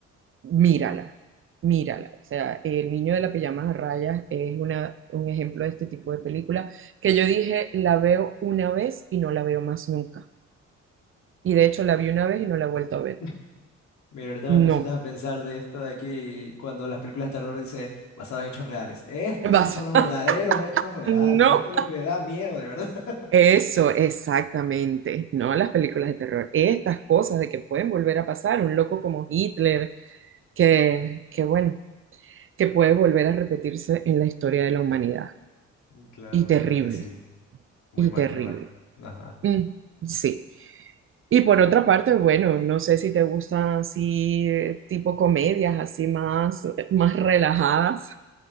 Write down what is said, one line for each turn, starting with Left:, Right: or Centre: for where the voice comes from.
Right: mírala, mírala. O sea, El niño de la pijama a rayas es una, un ejemplo de este tipo de película que yo dije, la veo una vez y no la veo más nunca. Y de hecho la vi una vez y no la he vuelto a ver.
Left: <laughs> Mira, ahorita
Right: No,
Left: me pusiste a pensar de esto de aquí, cuando las películas de terror dice basado en hechos reales. Estos
Right: vas,
Left: sí son los verdaderos hechos
Right: <laughs>
Left: reales. Esto
Right: no.
Left: es lo que da miedo, de verdad. <laughs>
Right: Eso, exactamente. No las películas de terror. Estas cosas de que pueden volver a pasar. Un loco como Hitler, que, que bueno, que puede volver a repetirse en la historia de la humanidad.
Left: Mm, Claro,
Right: Y
Left: la
Right: terrible,
Left: verdad que sí. Muy
Right: y
Left: mal,
Right: terrible.
Left: muy mal. Ajá.
Right: Mm, sí. Y por otra parte, bueno, no sé si te gustan así eh, tipo comedias, así más, más relajadas.